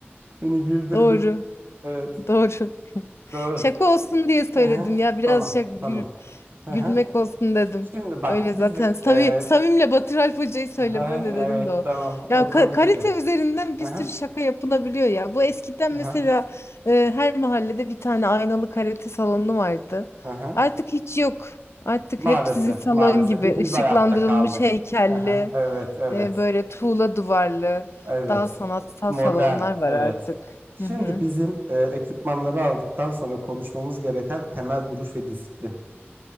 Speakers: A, on the right; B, on the left.
A: Beni güldürdün.
B: Doğru,
A: Evet.
B: doğru.
A: Doğru.
B: Şaka olsun diye söyledim
A: Aha,
B: ya. Biraz
A: Tamam.
B: şak gül-
A: Tamam. Aha.
B: gülmek olsun dedim.
A: Şimdi bak
B: Öyle
A: bizim
B: zaten. Samim,
A: e,
B: Samim'le Batır Alp Hoca'yı söyleme
A: <laughs>
B: de dedim
A: evet
B: de o.
A: tamam o
B: Ya ka-
A: komikti.
B: karate üzerinden bir
A: Aha.
B: sürü şaka yapılabiliyor ya. Bu eskiden mesela
A: Aha.
B: e, her mahallede bir tane aynalı karate salonu vardı.
A: Aha.
B: Artık hiç yok. Artık
A: Maalesef,
B: hep sizin salon
A: maalesef.
B: gibi
A: Bir biz
B: ışıklandırılmış
A: ayakta kaldık.
B: heykelli,
A: Aha, evet, evet,
B: e, böyle tuğla duvarlı,
A: evet.
B: daha sanatsal
A: Modern,
B: salonlar var
A: evet.
B: artık.
A: Şimdi
B: Hı hı.
A: bizim e, ekipmanları aldıktan sonra konuşmamız gereken temel duruş ve disiplin.